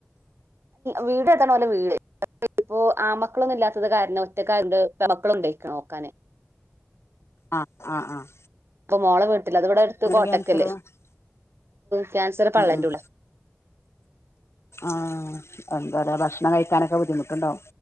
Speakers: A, on the right; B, on the left.
A: വീട് എതാണ് ഓല വീട് ഇപ്പോൊ ആമക്കളൊന്നും ഇല്ലാത്തത് കാരണം ഒറ്റക്കാരുണ്ട് മക്കള ഉണ്ടായിരിക്കണം നോക്കാനെ
B: ആഹ് ആഹ് അ
A: അപ്പൊ മോളെ വീട്ടില്ല അത് ഇവിടെ അടുത്ത് കോട്ടക്കല്ലേ
B: ക്യാൻസർ ഉം
A: ക്യാൻസർ പള്ളന്റെ
B: ഉം
A: ഉള്ളുലു
B: ആഹ് എന്താറയാ ഭക്ഷണം കഴിക്കാനൊക്കെ ബുദ്ധിമുട്ടുണ്ടാവോ